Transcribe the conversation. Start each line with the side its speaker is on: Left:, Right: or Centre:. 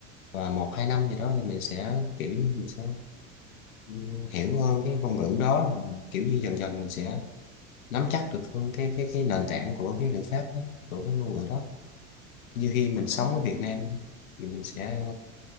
Left: và một hai năm gì đó thì mình sẽ kiểu như mình sẽ ừ, hiểu hơn cái ngôn ngữ đó kiểu như dần dần
Centre: Ừ,
Left: mình sẽ
Centre: chắc
Left: nắm chắc được hơn cái cái cái nền tảng của cái ngữ pháp đó của cái ngôn ngữ đó như khi mình
Centre: chắc
Left: sống
Centre: chắn rồi
Left: ở Việt Nam đi, thì mình sẽ